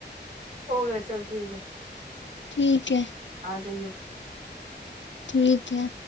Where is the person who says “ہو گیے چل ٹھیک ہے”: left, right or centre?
Right